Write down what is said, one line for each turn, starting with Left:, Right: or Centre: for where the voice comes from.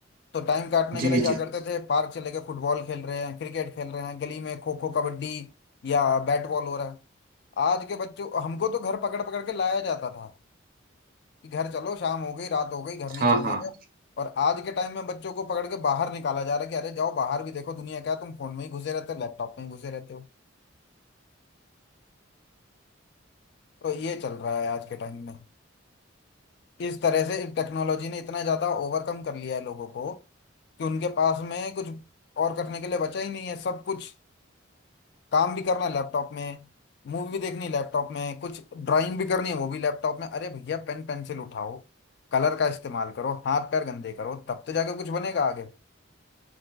Left: तो टाइम काटने
Right: जी
Left: के लिए क्या
Right: जी
Left: करते थे पार्क चले गए फुटबॉल खेल रहे हैं क्रिकेट खेल रहे हैं गली में खो खो कबड्डी या बैट बॉल हो रहा है आज के बच्चों हमको तो घर पकड़ पकड़ के लाया जाता था कि घर चलो शाम हो गई रात हो गई घर नहीं
Right: हाँ
Left: चलना
Right: हाँ
Left: क्या और आज के टाइम में बच्चों को पकड़ के बाहर निकाला जा रहा है कि अरे जाओ बाहर भी देखो दुनिया क्या है, तुम फोन में ही घुसे रहते हो लैपटॉप में ही घुसे रहते हो तो ये चल रहा है आज के टाइम में इस तरह से टेक्नोलॉजी ने इतना ज्यादा ओवरकम कर लिया है लोगों को कि उनके पास में कुछ और करने के लिए बचा ही नहीं है सब कुछ काम भी करना है लैपटॉप में मूवी भी देखनी है लैपटॉप में कुछ ड्राइंग भी करनी है वो भी लैपटॉप में अरे भैया पेन पेंसिल उठाओ कलर का इस्तेमाल करो हाथ पैर गंदे करो तब तो जाके कुछ बनेगा आगे